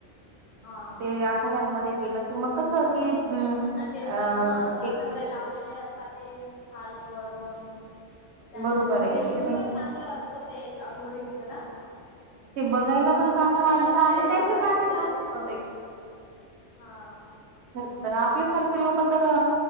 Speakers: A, on the left; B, on the right.
A: हा हा
B: ते आखाड्यांमध्ये गेलं की मग कस की,
A: आणि ते
B: अ
A: भस्म असतात
B: एक
A: सगळे लावलेले असतात ते खालून वरून. त्यांच
B: बरोबर
A: म्हणजे
B: आहे आणि
A: लुकच चांगलं असतं ते अघोरींचं ना?
B: ते बघायला
A: मला
B: चांगलं
A: पण बघायचंय,
B: वाटतं आणि त्यांच्यासाठीच
A: मला पण जायचं.
B: असतं
A: हा
B: खरतरं आपल्यासारखे लोक तर अ